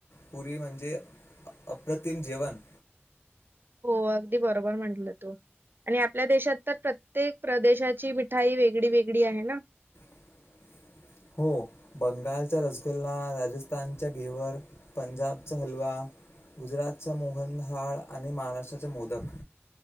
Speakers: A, on the left; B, on the right.
A: पूर्वी म्हणजे अप्रतिम जेवण
B: ग अगदी बरोबर म्हंटलं तो. आणि आपल्या देशात तर प्रत्येक प्रदेशाची मिठाई वेगळी वेगळी आहे ना.
A: <unintelligible> हो बंगालचा रसगुल्ला राजस्थानच्या घेवर पंजाबचा हलवा गुजरातचा मोहनहाळ आणि महाराष्ट्राचे मोदक.